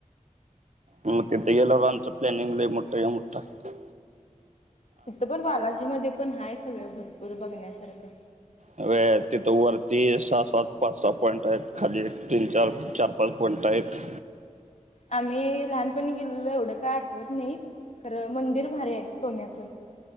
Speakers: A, on the right; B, on the left.
A: मग तिथं गेल्यावर आमचा प्लॅनिंग लई मोठंच्या मोठं हाय.
B: तिथं पण बालाजी मध्ये पण हाय सगळं भरपूर बघण्यासारखं.
A: व्हयं तिथं वरती सहा -सात, पाच -सहा पॉईंट आहेत, खाली एक तीन- चार, चार -पाच पॉईंट आहेत.
B: आम्हीं लहानपणी गेलेलो एवढं काय आठवत नाही, खरं मंदिर भारी आहे सोन्याचं.